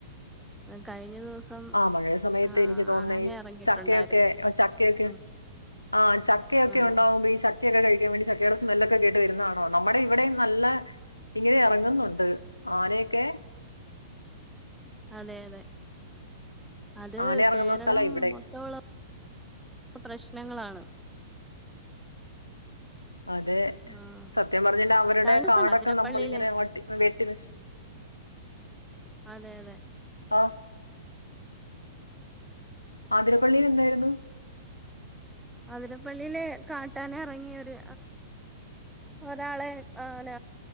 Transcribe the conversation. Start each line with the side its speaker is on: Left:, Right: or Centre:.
Centre: ആ കഴിഞ്ഞ ദിവസം-
Left: ആ മഴയ സമയത്ത്
Centre: ആഹ്
Left: എനിക്ക് തോന്നുന്നത്
Centre: ആന
Left: ഈ
Centre: ഇറങ്ങിയിട്ടുണ്ടായിരുന്നു
Left: ചക്കയൊക്കെ ചക്കയൊക്കെ
Centre: ഉം
Left: ആ ചക്കയൊക്കെ
Centre: ആഹ്
Left: ഒണ്ടാവുമ്പോ ഈ ചക്ക ക്കൊക്കെ കഴിക്കാൻ വേണ്ടി ചക്കയുടെ സ്മെല്ലൊക്കെ കേട്ട് വെരുന്നാണോ നമ്മുടെ ഇവിടെ നല്ല ഇങ്ങനെ എറങ്ങുന്നുണ്ട് ആനയൊക്കെ
Centre: അതെ അതെ അത്
Left: ആന ഇറങ്ങുന്ന
Centre: കേരളം
Left: സ്ഥലാ ഇവിടെ.
Centre: മൊത്തവുള്ള പ്രശ്നങ്ങളാണ്
Left: അതെ
Centre: ആഹ്
Left: സത്യം പറഞ്ഞ അവരുടെ
Centre: കഴിഞ്ഞ ദിവസം
Left: കാടൊക്കെ
Centre: അതിരപ്പള്ളിയിലെ
Left: നമ്മളിങ്ങനെ വെട്ടി വെട്ടി നശി-
Centre: അതെ അതെ
Left: ആഹ് ആതിരപ്പള്ളിയിൽ എന്തായിരുന്നു
Centre: അതിരപ്പള്ളിയില് കാട്ടാന ഇറങ്ങിയൊരു ഒരാളെ ആന